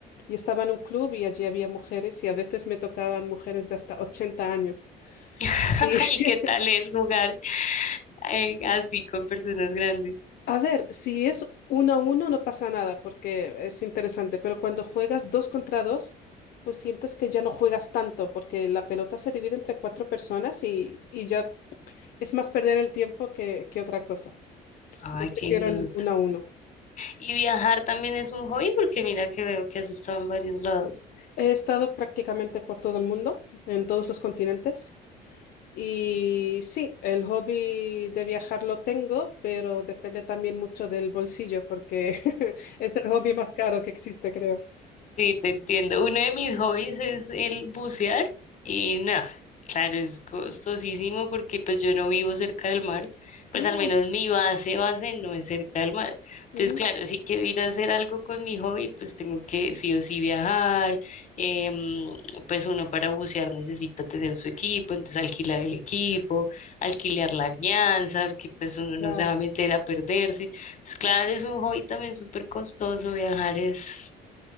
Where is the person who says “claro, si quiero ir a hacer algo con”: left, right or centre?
Left